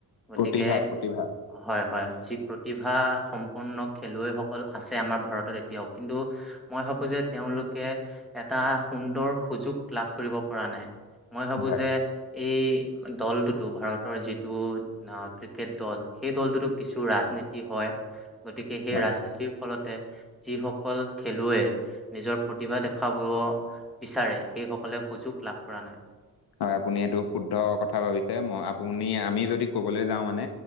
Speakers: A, in the centre; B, on the left.
A: গতিকে
B: প্ৰতিভা প্ৰতিভা
A: হয় হয় যি প্ৰতিভা সম্পন্ন খেলুৱৈসকল আছে আমাৰ ভাৰতত এতিয়াও কিন্তু মই ভাবো যে তেওঁলোকে এটা সুন্দৰ সুযোগ লাভ কৰিব পৰা নাই। মই ভাবো
B: হয়
A: যে এই দলটোতো ভাৰতৰ যিটো ক্ৰিকেট দল সেই দলটোতো কিছু ৰাজনীতি হয়। গতিকে সেই
B: হয়
A: ৰাজনীতিৰ ফলতে যিসকল খেলুৱৈ নিজৰ প্ৰতিভা দেখাব বিচাৰে সেই সকলে সুযোগ লাভ কৰা নাই।
B: হয় আপুনি এইটো শুদ্ধ কথা ভাবিছে, মই আপুনি আমি যদি ক'বলৈ যাওঁ মানে